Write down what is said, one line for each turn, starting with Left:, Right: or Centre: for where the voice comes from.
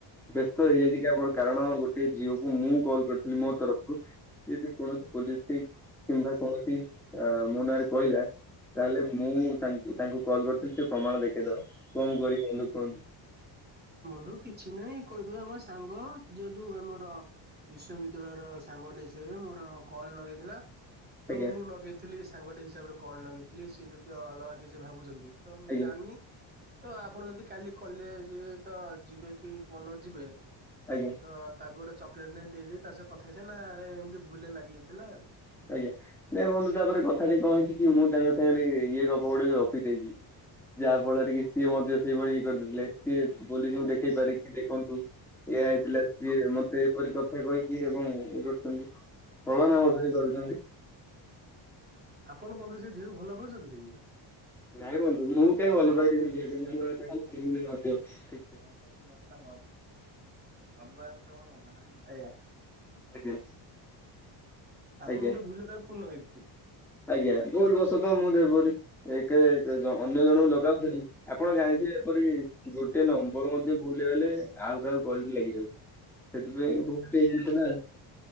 Centre: ବ୍ୟସ୍ତ ହେଇଯାଇଛି କି ଆପଣ କାରଣ ଗୋଟେ ଝିଅ କୁ ମୁଁ କଲ୍ କରିଥିଲି ମୋ ତରଫରୁ ଯଦି କୌଣସି ପୋଲିସ କି କିମ୍ବା କୌଣସି ଅ ମୋ ନାରେ କହିଲା? ତାହେଲେ ମୁଁ ତାଙ୍କୁ ତାଙ୍କୁ କଲ୍ କରିଥିଲି ସେ ପ୍ରମାଣ ଦେଖେଇଦବ କଣ କରିବି ବନ୍ଧୁ କୁହନ୍ତୁ?
Right: ବନ୍ଧୁ କିଛି ନାହିଁ କହିଦଉ ଆମ ସାଙ୍ଗ ଯେହେତୁ ଆମର ବିଶ୍ଵବିଦ୍ୟାଳୟର ସାଙ୍ଗଟେ ସେ ମୋର କଲ ଲଗେଇଥିଲା। ତ
Centre: ଆଜ୍ଞା
Right: ମୁଁ ଲଗେଇଥିଲି ସାଙ୍ଗଟେ ହିସାବରେ କଲ ଲଗେଇଥିଲି ସିଏ ଯଦି ଅଲଗା କିଛି ଭାବୁଛନ୍ତି। ତ ମୁଁ
Centre: ଆଜ୍ଞା
Right: ଜାଣିନି ତ ଆପଣ ଯଦି କାଲି କଲେଜ ତ ଯିବେ କି ପରଦିନ ଯିବେ
Centre: ଆଜ୍ଞା।
Right: ତ ତାକୁ ଗୋଟେ ଚକୋଲେଟ ନେଇ ଦେଇ ତା ସହ କଥା ହେଇଛି ନା ଆ ରେ ଏମିତି ଭୁଲରେ ଲଗିଯାଇଥିଲା।
Centre: ଆଜ୍ଞା। ନାଇଁ ବନ୍ଧୁ ତାପରେ କଥାଟି କଣ ହେଇଛି କି ମୁଁ ତାଙ୍କ ସାଙ୍ଗରେ ଇଏ ଗପଗୁଡିକ ଗପିଦେଇଛିି। ଯାହା ଫଳରେ କି ସିଏ ମଧ୍ୟ ସେଇଭଳି ଇଏ କରିଦେଇଥିଲେ ସିଏ ପୋଲିସଙ୍କୁ ଦେଖେଇ ପାରିକି ଦେଖନ୍ତୁ
Right: ଆଉ।
Centre: ଏଇଆ ହେଇଥିଲା କି ମତେ ଏପରି କଥା କହିକି ଏବଂ ଇଏ କରିଛନ୍ତି। ପ୍ରଳନ ମଜ କରିୁଛନ୍ତି <unintelligible>
Right: ଆପଣ <unintelligible> ସେ ଝିଅକୁ ଭଲ ପାଛନ୍ତି କି?
Centre: ନାଇଁ ବନ୍ଧୁ ମୁଁ କାଇହିଁ ଭଲ ପାଇବି
Right: ଆଜ୍ଞା
Centre: ସେ ଝିଅ <unintelligible>
Right: ସାଙ୍ଗ ଭଲ ଜମା ଭଉନା କା <inaudible>
Centre: ଆଜ୍ଞା।
Right: ଆପଣ
Centre: ଆଜ୍ଞା
Right: ତାକୁ ଭୁଲରେ ତାକୁ ଫୁନୀ ଲଗେଇଦେଇଥିଲେ?
Centre: ଆଜ୍ଞା ଭୁଲ ବସ ତ ମୁଁ ଯେପରି ଏକରେ ଅନ୍ୟ ଜଣଙ୍କୁ ଲଗାଉଥିଲି ଆପଣ ଜାଣିଥିବେ ଏପରି ଗୋଟେ ନମ୍ବର ମଧ୍ୟ ଭୁଲ ହେଇଗଲେ ଆଉ କାହାକୁ କଲ୍ ଟି ଲାଗିଯାଉଛି ସେଥିପାଇଁ ଭୁଲ୍ ଟି ହେଇଗଲା ନା।